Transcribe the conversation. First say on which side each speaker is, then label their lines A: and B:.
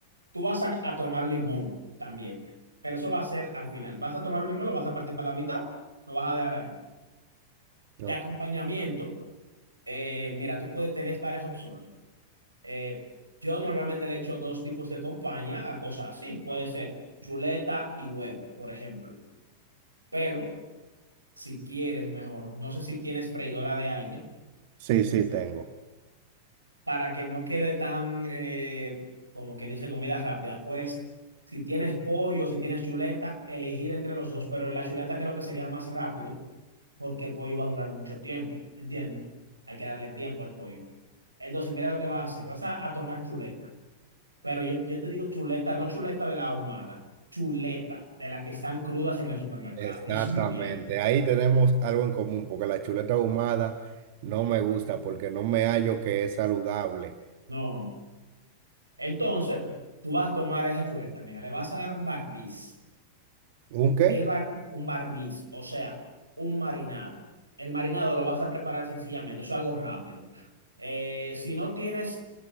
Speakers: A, on the right; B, on the right.
A: Tú vas a, a tomar limón también, pero eso va a ser al final. Vas a tomar un limón, lo vas a partir para la mitad, lo vas a dejar ahí. De
B: no.
A: acompañamiento. Eh, mira, tú puedes tener varias opciones. Eh, yo normalmente le echo dos tipos de compañía a cosas así. Puede ser chuleta y huevo, por ejemplo. Pero si quieres mejor, no sé si tienes freidora de aire,
B: Sí, sí, tengo.
A: para que no quede tan, eh, como que dice, comida rápida. Pues si tienes pollo, si tienes chuleta, elegir entre los dos. Pero la chuleta creo que sería más rápido porque el pollo va a durar mucho tiempo. ¿Entiendes? Hay que darle tiempo al pollo. Entonces, mira lo que vas a hacer. Vas a a tomar chuleta. Pero yo, yo te digo chuleta, no chuleta de la ahumada, chuleta de las que están crudas en el supermercado.
B: Exactamente.
A: No sé si tienes.
B: Ahí tenemos algo en común, porque la chuleta ahumada no me gusta, porque no me hallo que es saludable.
A: No. Entonces, tú vas a tomar esa chuleta, mira, le vas a dar un barniz.
B: ¿Un qué?
A: El bar, un barniz, o sea, un marinado. El marinado lo vas a preparar sencillamente, eso es algo rápido. Eh, si no tienes